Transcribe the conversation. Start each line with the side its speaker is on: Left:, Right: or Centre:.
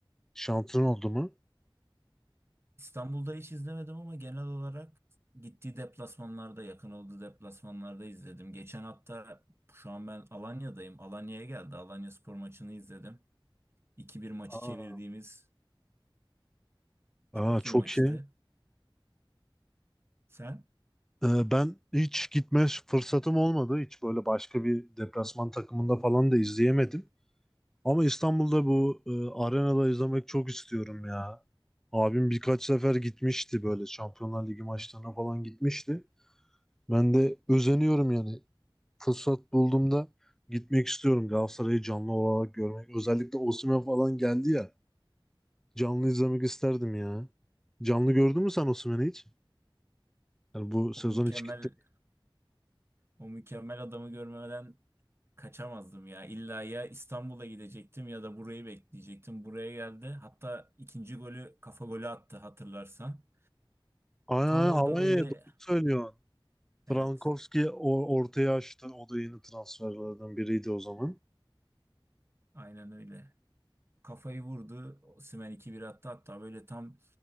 Centre: şansın oldu mu?
Right: İstanbul'da hiç izlemedim ama genel olarak gittiği deplasmanlarda, yakın olduğu deplasmanlarda izledim. Geçen hafta şu an ben Alanya'dayım. Alanya'ya geldi. Alanya spor maçını izledim. 2 bir maçı
Centre: Aa,
Right: çevirdiğimiz çok
Centre: aa, çok
Right: iyi maçtı.
Centre: iyi.
Right: Sen
Centre: Ee, Ben hiç gitme fırsatım olmadı. Hiç böyle başka bir deplasman takımında falan da izleyemedim. Ama İstanbul'da bu e, arenada izlemek çok istiyorum ya. Abim birkaç sefer gitmişti böyle Şampiyonlar Ligi maçlarına falan gitmişti. Ben de özeniyorum yani. Fırsat bulduğumda gitmek istiyorum. Galatasaray'ı canlı olarak görmek. Özellikle Osimhen falan geldi ya. Canlı izlemek isterdim ya. Canlı gördün mü sen Osimhen'i hiç? Yani bu sezon
Right: o mükemmel
Centre: hiç gitti.
Right: o mükemmel adamı görmeden kaçamazdım ya. İlla ya İstanbul'a gidecektim ya da burayı bekleyecektim. Buraya geldi. Hatta ikinci golü kafa golü attı hatırlarsan.
Centre: Aynen
Right: Tam
Centre: aynen,
Right: orada
Centre: Alanya'ya
Right: böyle
Centre: doğru söylüyor.
Right: evet
Centre: Frankowski o- ortaya açtı. O da yeni transferlerden biriydi o zaman.
Right: aynen öyle. kafayı vurdu. Osimhen iki bir attı hatta böyle tam